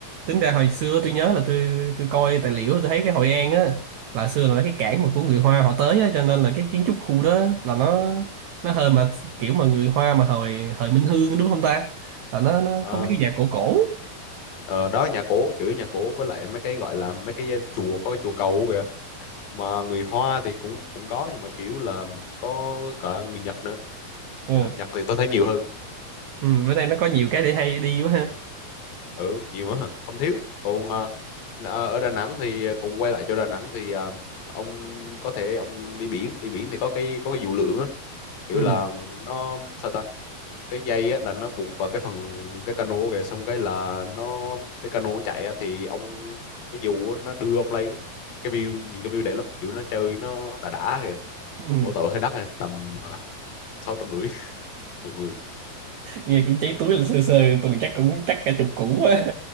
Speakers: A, on the right; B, on the left.
A: tính ra hồi xưa tôi nhớ là tôi tôi coi tài liệu tôi thấy cái Hội An á là xưa là cái cảng
B: ừ.
A: mà của người Hoa họ tới á cho nên là cái kiến trúc khu đó là nó nó hơi mà kiểu mà người Hoa mà hồi hồi Minh Hương đúng không ta là nó nó
B: Ờ,
A: có mấy cái nhà cổ cổ á.
B: ờ, đó nhà cổ chửi nhà cổ với lại mấy cái gọi là mấy cái chùa có cái chùa cầu kìa mà người Hoa thì cũng cũng có nhưng mà chủ yếu là có cả người Nhật nữa
A: ừ.
B: Nhờ- Nhật thì tôi thấy nhiều hơn
A: ừ. bữa nay nó có nhiều cái để hay đi quá ha
B: ừ nhiều quá không thiếu còn ờ, ờ, ở Đà Nẵng thì còn quay lại cho Đà Nẵng thì ờ, ông có thể ông đi biển đi biển thì có cái có cái dù lượn á kiểu
A: ừ.
B: là nó sao ta cái dây á là nó buộc vào cái phần cái cano kìa xong cái là nó cái cano nó chạy á thì ông cái dù á, nó đưa ông lên á. cái view nhìn cái view đẹp lắm kiểu nó chơi nó đã đã kìa
A: Ừ.
B: mỗi tội hơi đắt nè tầm ờ, sáu trăm rưỡi <laughs> một người
A: nghe cũng cháy túi là sơ sơ tuần chắc cũng chắc cả chục củ quá